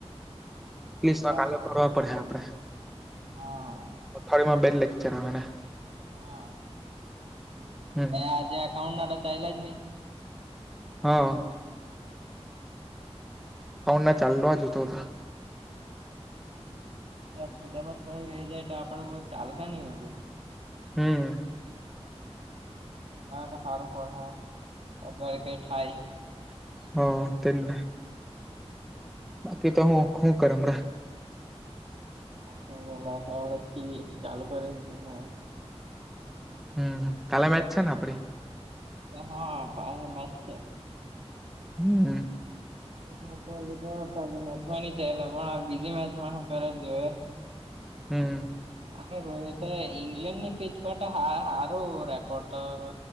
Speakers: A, in the centre; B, on the right.
A: લીસમાં
B: આજે
A: કાલે ભરવા પડે આપડે.
B: હા.
A: અથવાડિમાં બે જ લેક્ચર આવે ને.
B: હા,
A: હમ
B: આજે એકાઉન્ટ તો ચાલ્યા જ નહી.
A: હા. <unintelligible>
B: સિલેબસ કોઈ રહી જાય તો, આપડે કો ચાલશે નહી બધું.
A: હમ.
B: ના તો હારુ પડે, અગાળ કઈ થાય.
A: હ, તેને બાકી તો હું હું કરે હમણાં?
B: ના ના ચાલુ કરેન છે <unintelligible>
A: હમ, કાલે મેચ છે ને આપડી.
B: હા, પાયે મેચ છે.
A: હમ.
B: મેચ લીધો, પેલી મેચ ચલા પણ બીજી મેચમાં કરે જો એ
A: હમ
B: <inaudible> હા રો તો, ઈંગ્લેન્ડ ની પેચ સારું રેકોર્ડ તો, રો